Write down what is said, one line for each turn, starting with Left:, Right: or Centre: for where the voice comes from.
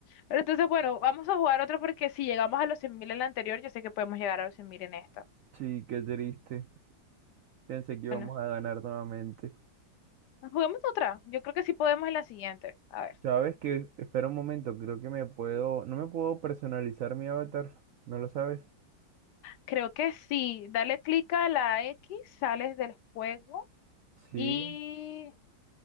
Left: Pero entonces, bueno, vamos a jugar otro porque si llegamos a los 100.000 en la anterior, yo sé que podemos llegar a los 100.000 en esta.
Right: Sí, qué triste. Pensé que íbamos
Left: Bueno.
Right: a ganar nuevamente.
Left: Nos jugamos otra. Yo creo que sí podemos en la siguiente. A ver.
Right: ¿Sabes qué? Espera un momento, creo que me puedo... ¿No me puedo personalizar mi avatar? ¿No lo sabes?
Left: Creo que sí. Dale clic a la X, sales del juego.
Right: Sí,
Left: Y